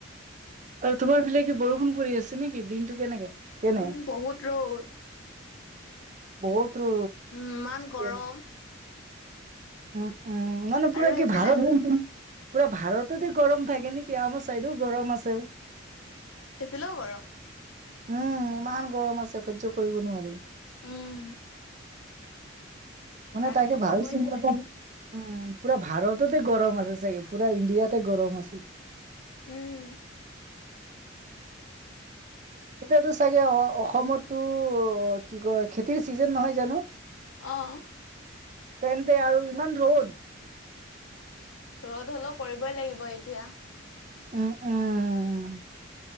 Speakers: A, on the right; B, on the left.
A: আৰু তোমাৰ ফিলে কি বৰষুণ পৰি আছ নেকি? দিনটো কেনেকে? কেনে?
B: উম বহুত ৰ'দ
A: বহুত
B: উম ইমান গৰম
A: <unintelligible> উম, উম, ন, ন, পুৰা
B: আৰু সেইফালে
A: কি ভাৰত <unintelligible> পুৰা ভাৰততে গৰম থাকে নেকি, আমাৰ চাইডেয়ো গৰম আছে।
B: এইফালেয়ো গৰম।
A: উম, ইমান গৰম আছে সহ্য কৰিব নোৱাৰি।
B: উম।
A: মানে
B: কালিতো
A: তাকে, ভাবিছোঁ
B: ক'বই
A: <unintelligible>
B: নালাগে।
A: পুৰা ভাৰততে গৰম আছে চাগে, পুৰা ইণ্ডিয়াতে গৰম আছ।
B: উম।
A: এতিয়াতো চাগে অ', অসমতো কি কয়, খেতিৰ চিজন নহয় জানোঁ?
B: আহ
A: তেন্তে আৰু ইমান ৰ'দ
B: ৰ'দ হ'লেও কৰিবই লাগিব এতিয়া
A: উম উম